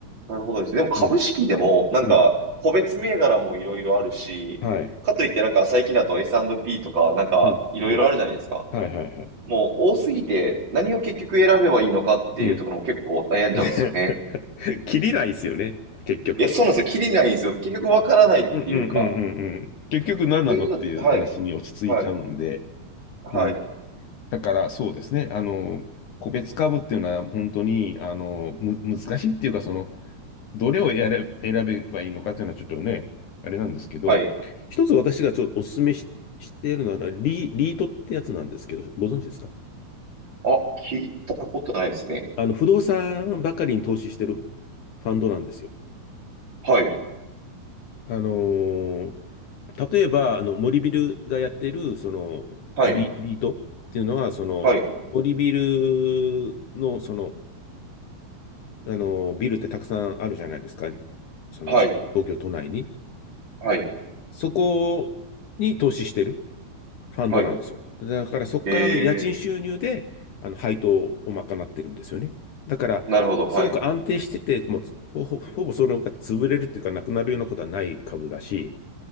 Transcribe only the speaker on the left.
うん、うん、はい、
うん、うん、はい、はい、はい。
うん。<laughs> 切りないですよね、結局。
うんうんうんうんうん。結局何なのっていう話に落ち着いちゃうんで、
うん、だからそうですね、あの、個別株っていうのは本当に、あの、む、難しいっていうか、その、どれをやれ、選べばいいのかというのはちょっとね、あれなんですけど、
一つ私がちょっとお勧めし、しているのはリ、リートってやつなんですけど、ご存知ですか
あの、不動産ばかりに投資してるファンドなんですよ。
あのー例えば、あの、森ビルがやってる、その、
リ、リートっていうのは、その、
森ビルの、その、あのービルってたくさんあるじゃないですか。その、
東京都内に。
そこに投資してる。ファンドなんですよ。
だからそこからの家賃収入で、
あの、配当を賄ってるんですよね。だから、
すごく安定してて、もうほ、ほほぼそれが潰れるっていうか、なくなるようなことはない株だし、